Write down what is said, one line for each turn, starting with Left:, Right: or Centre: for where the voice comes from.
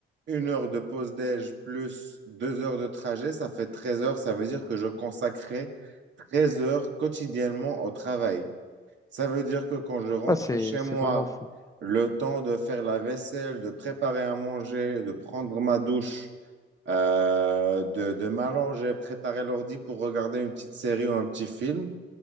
Right: une heure de pause déj plus deux heures de trajet, ça fait 13 heures. Ça veut dire que je consacrais 13 heures quotidiennement au travail. Ça veut dire que quand je rentre
Left: Bah, c'est,
Right: chez
Left: c'est
Right: moi,
Left: vraiment fou.
Right: le temps de faire la vaisselle, de préparer à manger, de prendre ma douche, euh, de, de m'allonger, préparer l'ordi pour regarder une petite série ou un petit film,